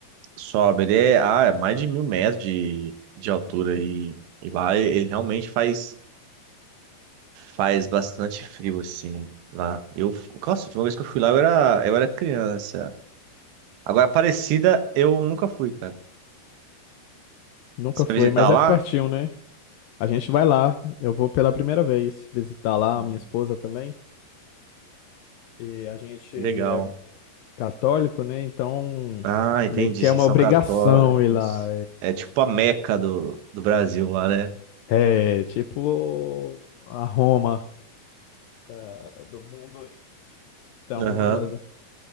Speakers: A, on the right; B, on the left.
A: Sobe. Ele é... Ah, é mais de mil metros de, de altura. E... e lá ele realmente faz. Faz bastante frio, assim, lá. Eu, nossa, a última vez que eu fui lá eu era, eu era criança. Agora, Aparecida, eu nunca fui, cara.
B: Nunca
A: Você
B: foi,
A: vai visitar
B: mas
A: lá?
B: é pertinho, né? A gente vai lá, eu vou pela primeira vez visitar lá
A: Hum,
B: a minha esposa também. E a gente
A: Legal.
B: é católico, né? Então,
A: Ah, entendi.
B: meio que
A: Vocês
B: é uma
A: são
B: obrigação
A: católicos.
B: ir lá.
A: É tipo a Meca do, do Brasil lá, né?
B: É, é tipo a Roma da- do mundo. Então,
A: Aham.